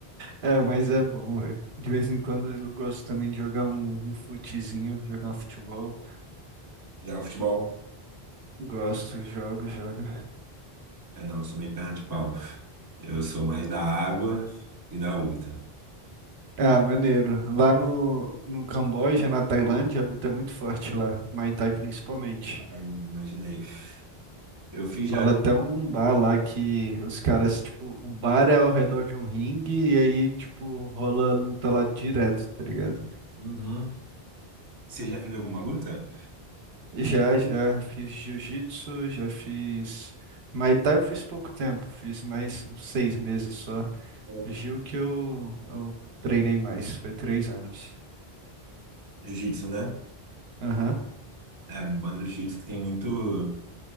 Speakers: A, on the right (about 80°); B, on the right (about 25°).
A: É, mas é bom, velho. De vez em quando eu gosto também de jogar um, um futezinho, jogar um futebol.
B: Você Joga futebol?
A: Gosto, jogo, jogo.
B: É, não, eu sou meio perna de pau. Eu sou mais da água e da luta.
A: Ah, maneiro. Lá no, no Camboja, na Tailândia, a luta é muito forte lá. Muay Thai principalmente.
B: Ai, imaginei. Eu fiz
A: Rola
B: já.
A: até um bar lá que os caras, tipo, o bar é ao redor de um ringue e aí, tipo, rola luta lá direto, tá ligado?
B: Uhum. Você já fez alguma luta?
A: Já, já fiz jiu-jitsu, já fiz. Muay Thai eu fiz pouco tempo, fiz mais uns seis meses só.
B: É, eu
A: Jiu
B: fiz.
A: que eu, eu treinei mais, foi três anos.
B: Jiu-jitsu, né?
A: Aham.
B: É, banda do jiu-jitsu que tem muito,